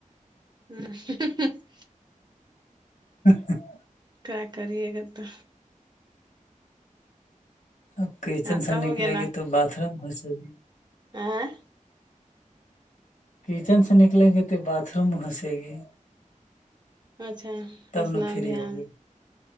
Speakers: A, on the right (about 30°); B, on the left (about 65°).
A: <unintelligible>
B: <inaudible>
A: کیا کریے گا تو
B: اب کچن
A: آپ
B: سے
A: کا
B: نکلے
A: ہو گیا
B: گی تو باتھ روم گھسے گی
A: ہاں
B: کچن سے نکلیں گی تو باتھ روم میں گھسے گی
A: اچھا
B: تب
A: اسنان
B: ن فری
A: دھیان
B: ہوگی